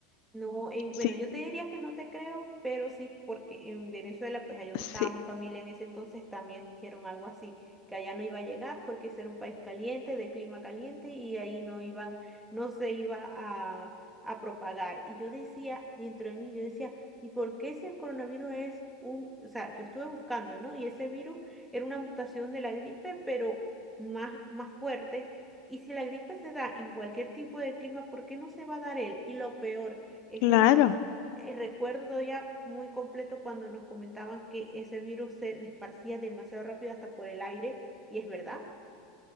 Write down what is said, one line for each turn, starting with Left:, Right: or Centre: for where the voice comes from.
Centre: No, en,
Left: Sí,
Centre: bueno, yo te diría que no te creo, pero sí, porque en Venezuela, pues allá donde
Left: sí,
Centre: estaba mi familia en ese entonces, también dijeron algo así, que allá no iba a llegar porque ese era un país caliente, de clima caliente, y ahí no iban, no se iba a, a propagar. Y yo decía, dentro de mí, yo decía, ¿y por qué si el coronavirus es un, o sea, yo estuve buscando, ¿no? Y ese virus era una mutación de la gripe, pero más, más fuerte. Y si la gripe se da en cualquier tipo de clima, ¿por qué no se va a dar él? Y lo peor, ese
Left: claro.
Centre: virus, eh, recuerdo ya muy completo cuando nos comentaban que ese virus se esparcía demasiado rápido hasta por el aire, y es verdad.